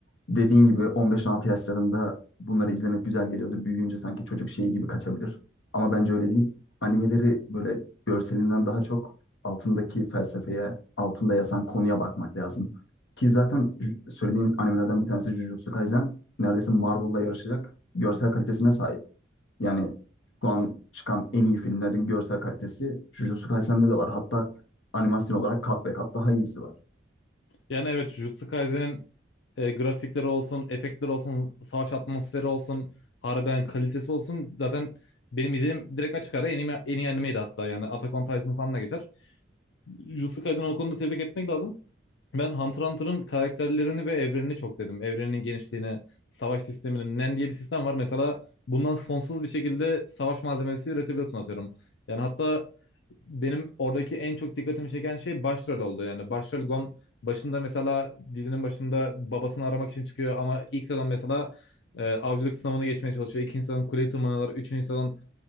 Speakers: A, on the left; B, on the left.
A: Dediğin gibi 15-16 yaşlarında bunları izlemek güzel geliyordu. Büyüyünce sanki çocuk şeyi gibi kaçabilir. Ama bence öyle değil. Animeleri böyle görselinden daha çok altındaki felsefeye, altında yatan konuya bakmak lazım. Ki zaten ju- söylediğin animelerden bir tanesi Jujutsu Kaisen. Neredeyse Marvel'la yarışacak görsel kalitesine sahip. Yani şu an çıkan en iyi filmlerin görsel kalitesi Jujutsu Kaisen'de de var. Hatta animasyon olarak kat be kat daha iyisi var.
B: Yani evet Jujutsu Kaisen'in e, grafikleri olsun, efektleri olsun, savaş atmosferi olsun, harbiden kalitesi olsun. Zaten benim izlediğim direkt açık ara en iyi, en iyi animeydi hatta yani. Attack on Titan falan da geçer. Jujutsu Kaisen'i o konuda tebrik etmek lazım. Ben Hunter x Hunter'ın karakterlerini ve evrenini çok sevdim. Evreninin genişliğine, savaş sisteminin NEN diye bir sistem var. Mesela bundan sonsuz bir şekilde savaş malzemesi üretebilirsin atıyorum. Yani hatta benim oradaki en çok dikkatimi çeken şey başrol oldu. Yani başrol Gon başında mesela dizinin başında babasını aramak için çıkıyor ama ilk sezon mesela e, avcılık sınavını geçmeye çalışıyor. İkinci sezon kuleyi tırmanıyorlar. Üçüncü sezon